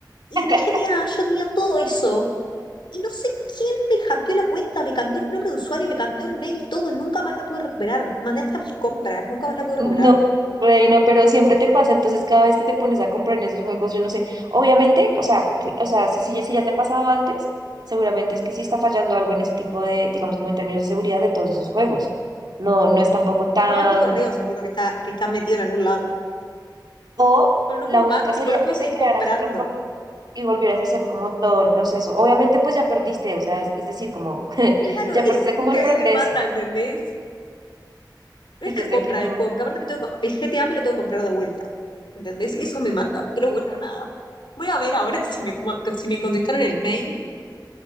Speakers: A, on the left; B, on the right.
A: y
B: <laughs>
A: en el GTA yo tenía todo eso y no sé quién me hackeó la cuenta, me cambió el nombre de usuario, me cambió el mail, todo, nunca más la pude recuperar. Mandé hasta mis compras, nunca más la pude recuperar.
B: No, reina, pero siempre te pasa, entonces cada vez que te pones a comprar en esos juegos, yo no sé, obviamente, o sea, que- o sea, si, si ya si ya te ha pasado antes, seguramente es que sí está fallando algo en ese tipo de, digamos, como en términos de seguridad de todos esos juegos. No, no es tampoco tan...
A: No, es mi correo seguro que está, que está metido en algún lado.
B: O
A: Pero no
B: la
A: puedo
B: única
A: más, tipo,
B: sería
A: no puedo
B: que
A: seguir
B: te crearas
A: comprando.
B: otro co- y volvieras a hacer como todo el proceso. Obviamente, pues ya perdiste, o sea, es, es decir, como, <laughs>
A: Claro,
B: ya
A: eso
B: perdiste
A: es lo
B: como
A: que
B: el
A: a
B: progreso.
A: mí me mata, ¿entendés? No
B: Sí,
A: es
B: yo
A: la
B: sé
A: compra
B: que no,
A: del juego, porque aparte me tengo que- el GTA me lo tengo que comprar de vuelta. ¿Entendés?
B: que-
A: Eso me mata. Pero bueno, nada. Voy a ver ahora si me, si me contestaron el mail